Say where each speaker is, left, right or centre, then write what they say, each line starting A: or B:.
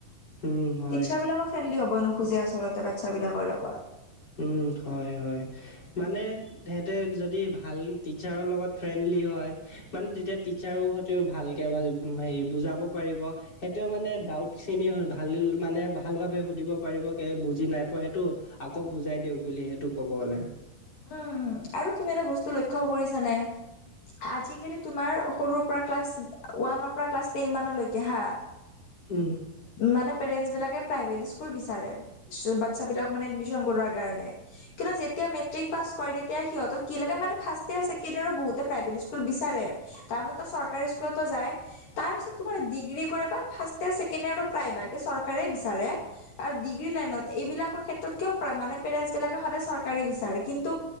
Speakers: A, on the left; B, on the left.
A: উম হয়
B: টিচাৰ বিলাকক ফ্ৰেণ্ডলি হ'ব নোখোজে আচলতে বাচ্ছ বিলাকৰ লগত।
A: উম, হয়, হয় মানে সিহঁতে যদি ভাল টিচাৰৰ লগত ফ্ৰেণ্ডলি হয় মানে তেতিয়া টিচাৰো সতেও ভালকৈ বা হেৰি বুজাব পাৰিব। সেইটোও মানে ডাউট খিনি ভাল মানে ভাল ভাবে সুধিব পাৰিব কে বুজি নাই পোৱা সেইটো আকৌ বুজাই দিয়ক বুলি সেইটো ক'ব গ'লে।
B: উম, আৰু কিবা এটা বস্তু লক্ষ্য কৰিছানে। আজিকালি তোমাৰ সৰুৰ পৰা ক্লাছ ওৱানৰ পৰা ক্লাছ টেন মানলৈকে হা
A: উম,
B: মানে পেৰেণ্টছবিলাকে প্ৰাইভেট স্কুল বিচাৰে। বাচ্ছা বিলাক মানে এডমিচন কৰোৱাৰ কাৰণে কিন্তু যেতিয়া মেট্ৰিক পাছ কৰে তেতিয়া সিহঁত কি লাগে মানে ফাষ্ট ইয়ৰ ছেকেণ্ড ইয়ৰৰ বহুতে প্ৰাইভেট স্কুল বিচাৰে তাৰ মাজতো চৰকাৰী স্কুলতো যায়। তাৰপিছত তোমাৰ ডিগ্ৰী কৰা বা ফাষ্ট ইয়াৰ ছেকেণ্ড ইয়াৰ প্ৰায়ভাগে চৰকাৰে বিচাৰে আৰু ডিগ্ৰী লাইনত এইবিলাকৰ ক্ষেত্ৰত কিয় প মানে পেৰেণ্টছ বিলাকে সদায় চৰকাৰে বিচাৰে। কিন্তু